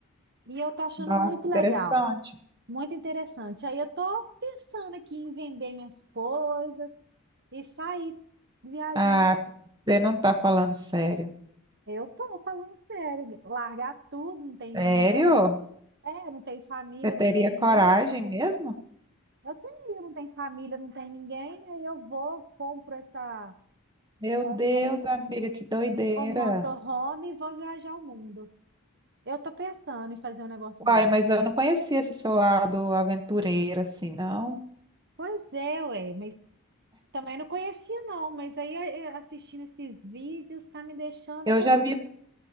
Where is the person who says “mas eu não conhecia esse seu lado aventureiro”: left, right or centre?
Right